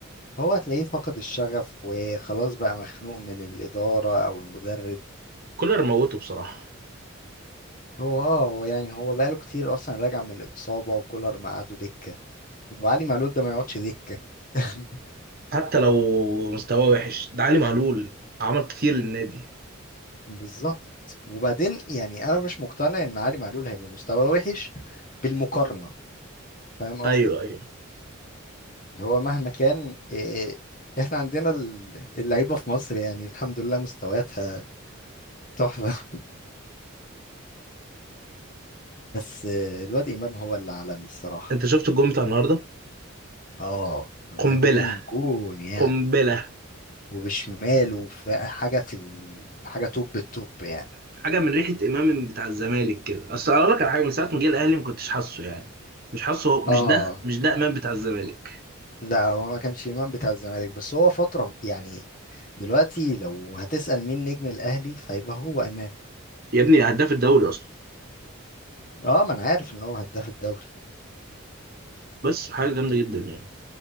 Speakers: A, on the left; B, on the right.
A: هو هتلاقيه فقد الشغف وخلاص بقى مخنوق من الاداره او المدرب
B: كولر موته بصراحه
A: هو اه هو يعني هو بقاله كتير اصلا راجع من الاصابه وكولر مقعده دكه وعلي معلول ده ما يقعدش دكه <laughs>
B: حتى لو مستواه وحش ده علي معلول عمل كتير للنادي
A: بالظبط وبعدين يعني انا مش مقتنع ان علي معلول هيبقى مستواه وحش بالمقارنه فاهم قصدي
B: ايوه ايوه
A: هو مهما كان إيه احنا عندنا ال- اللعيبه في مصر يعني الحمد لله مستوياتها تحفه <laughs> بس آه، الواد امام هو اللي عالمي الصراحه
B: انت شفت الجون بتاع النهارده
A: اه
B: قنبله
A: ده جون جون يعني
B: قنبله
A: وبشماله وفي حاجه في ال... حاجه توب التوب يعني
B: حاجه من ريحه امام بتاع الزمالك كده اصل اقول لك على حاجه من ساعه ما جه الاهلي ما كنتش حاسه يعني مش حاسه هو مش
A: اه
B: ده مش ده امام بتاع الزمالك
A: لا هو ما كانش امام بتاع الزمالك بس هو فتره يعني دلوقتي لو هتسال مين نجم الاهلي فيبقى هو امام
B: يا ابني هداف الدوري اصلا
A: اه ما انا عارف ان هو هداف الدوري
B: بس حاجه جامده جدا يعني